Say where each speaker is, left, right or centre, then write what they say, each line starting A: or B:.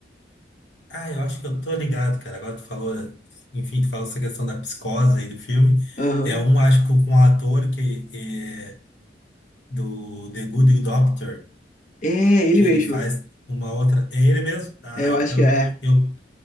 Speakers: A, on the left; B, on the left.
A: Ah, eu acho que eu tô ligado, cara. Agora tu falou, enfim, tu falou essa questão da psicose aí do filme.
B: Aham.
A: É um, acho que com um ator que é, do The Good Doctor,
B: É, ele
A: que
B: mesmo.
A: ele faz uma outra. É ele mesmo? Ah,
B: É, Eu
A: então
B: acho que é.
A: eu,